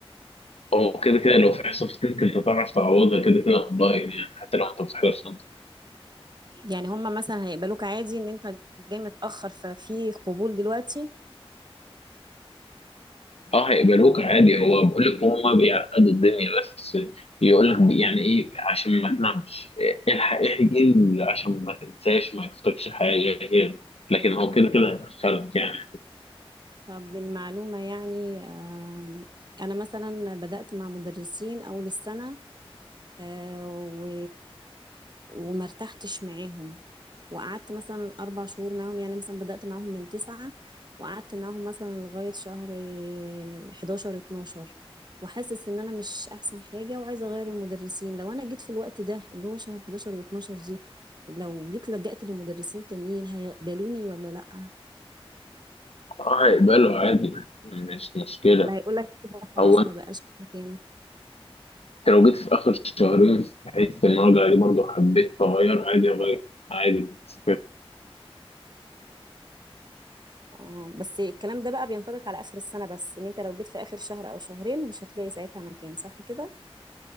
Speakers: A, on the left; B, on the right.
A: هو كده كده لو في حصه فاتتك انت تعرف تعوضها كده كده اونلاين يعني حتى لو انت بتحضرش انت
B: يعني هما مثلا هيقبلوك عادي ان انت جاي متأخر ففي قبول دلوقتي
A: اه هيقبلوك عادي هو بقول لك هما بيعقدوا الدنيا بس يقول لك يعني ايه عشان ما تنامش الحق احجز عشان ما تنساش ما يفوتكش حاجه كده لكن هو كده كده هيدخلك يعني
B: طب للمعلومة يعني آه، انا مثلا بدأت مع مدرسين اول السنة آه، و... وما ارتحتش معاهم وقعدت مثلا أربع شهور معاهم يعني مثلا بدأت معاهم من تسعة وقعدت معاهم مثلا لغاية شهر آه، حداشر اتناشر وحاسس إن أنا مش أحسن حاجة وعايزة أغير المدرسين لو أنا جيت في الوقت ده اللي هو شهر حداشر واتناشر دي لو جيت لجأت لمدرسين تانيين هيقبلوني ولا لأ
A: اه هيقبله عادي مش مشكله
B: ولا هيقولك كده خلاص
A: هو
B: ما بقاش مكانك؟
A: انت لو جيت في اخر شهرين في حته المراجعه دي برضه حبيت اغير عادي اغير عادي مش فارق.
B: اه بس الكلام ده بقى بينطبق على آخر السنة بس إن أنت لو جيت في آخر شهر أو شهرين مش هتلاقي ساعتها مكان صح كده؟